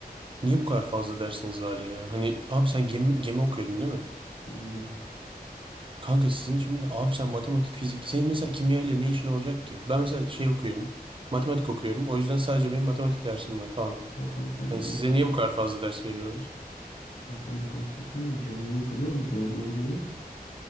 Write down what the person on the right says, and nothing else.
niye bu kadar fazla dersiniz var ya? Hani abi sen gemi, gemi okuyordun değil mi?
Kanka sizin şimdi abi sen matematik, fizik. Senin mesela kimya ile ne işin olacak ki? Ben mesela şey okuyorum. Matematik okuyorum. O yüzden sadece benim matematik dersim var falan.
Hani size
niye bu kadar fazla ders veriyorlar?